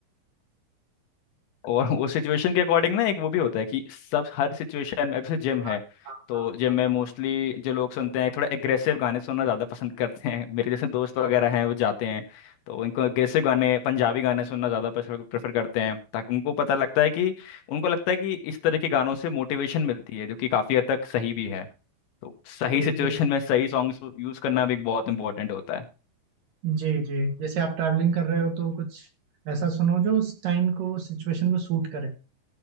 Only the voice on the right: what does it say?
हाँ हाँ
हाँ
हाँ,
जी
जी
जी जी जैसे आप ट्रैवलिंग कर रहे हो तो कुछ ऐसा सुनो जो उस टाइम को सिचुएशन को सूट करे